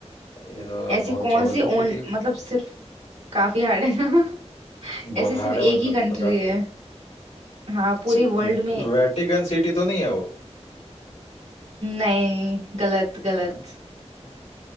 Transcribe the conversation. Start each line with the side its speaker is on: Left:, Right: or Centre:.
Left: ये तो
Right: ऐसी
Left: बहुत
Right: कौन
Left: जबरदस्त
Right: सी ओन
Left: सिटी है
Right: मतलब सिर्फ काफी हार्ड है ना <laughs>
Left: बहुत
Right: ऐसी
Left: हार्ड
Right: सिर्फ
Left: है मतलब
Right: एक ही कंट्री
Left: ये तो काफी
Right: है हाँ पूरी
Left: च-
Right: वर्ल्ड में
Left: वेटिकन सिटी तो नहीं है वो
Right: नहीं गलत गलत
Left: नहीं